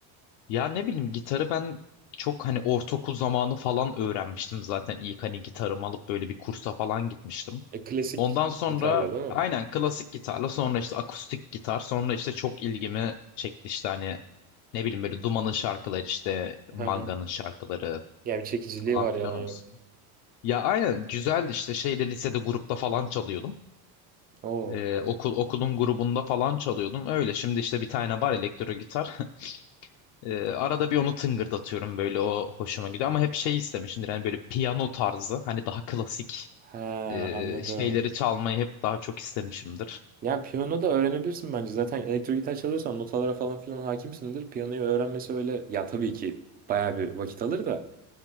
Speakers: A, on the left (about 75°); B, on the right (about 25°).
A: Ya ne bileyim gitarı ben çok hani ortaokul zamanı falan öğrenmiştim zaten ilk hani gitarımı alıp böyle bir kursa falan gitmiştim.
B: E, klasik
A: Ondan sonra
B: gitarla değil mi?
A: aynen klasik gitarla sonra işte akustik gitar sonra işte çok ilgimi çekti işte hani ne bileyim böyle Duman'ın şarkıları işte Manga'nın
B: Hı hı.
A: şarkıları
B: Yani bir çekiciliği
A: falan
B: var
A: filan
B: yalan
A: olsun.
B: yok.
A: Ya aynen güzeldi işte şeyde lisede grupta falan çalıyordum.
B: Oo.
A: Ee, okul okulun grubunda falan çalıyordum. Öyle şimdi işte bir tane var elektro gitar. <laughs> Ee, arada bir onu tıngırdatıyorum böyle o hoşuma gidiyor. Ama hep şey istemişimdir yani böyle piyano tarzı hani daha klasik
B: He
A: e,
B: anladım.
A: şeyleri çalmayı hep daha çok istemişimdir.
B: Yani piyano da öğrenebilirsin bence. Zaten elektro gitar çalıyorsan notalara falan filan hakimsindir. Piyanoyu öğrenmesi öyle. Ya tabii ki bayağı bir vakit alır da.